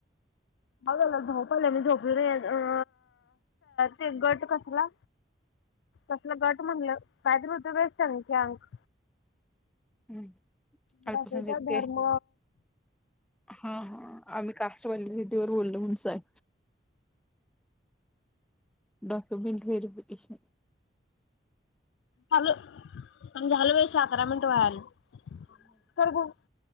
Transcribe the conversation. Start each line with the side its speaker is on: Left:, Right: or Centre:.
Left: बला ाऊ पहिलं मी झोपले र ते गट कसला कसला गट म्हटलं कायतरी होत बेट संख अंक
Centre: हम्म.
Left: दाखवत्या
Centre: अल्पसंख्याकक
Left: धर्म
Centre: हा हा आम्ही का? <unintelligible> बोलो म्हणुन सांग. Document verification.
Left: झालं आणि झालं व्यवस्थित अकरा मिनीट व्हायलीत. कर बघु,